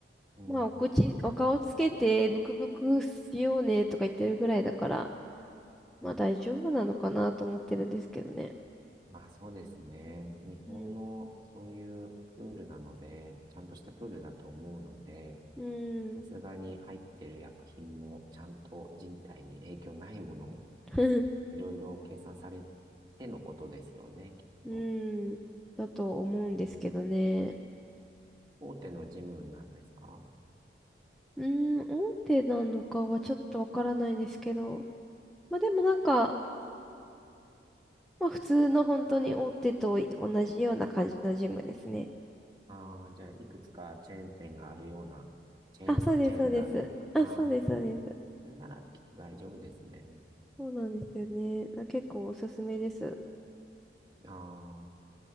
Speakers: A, on the right (about 25°); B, in the centre.
A: うん、
B: まあお口、お顔つけてブクブクしようねとか言ってるぐらいだから、まあ大丈夫なのかなと思ってるんですけどね。
A: まあそうですね。日本のそういうプールなので、
B: うん。
A: ちゃんとしたプールだと思うので、
B: うん。
A: さすがに入ってる薬品もちゃんと人体に影響ないもの、
B: <laughs>
A: いろいろ計算されてのことですよね、きっと。
B: うん。だと思うんですけどね。
A: うん、大手のジムなんですか
B: うん、大手なのかはちょっとわからないんですけど。まあでもなんか、まあ普通の本当に大手と同じような感じのジムですね。
A: ああ、じゃあ、いくつかチェーン店があるような、チェーン、
B: あ、そうです、
A: チェーンがあるような。
B: そうです。あ、
A: ああ、
B: そうです、そうです。
A: それならきっと大丈夫ですね。
B: そうなんですよね。な結構おすすめです。
A: ああ、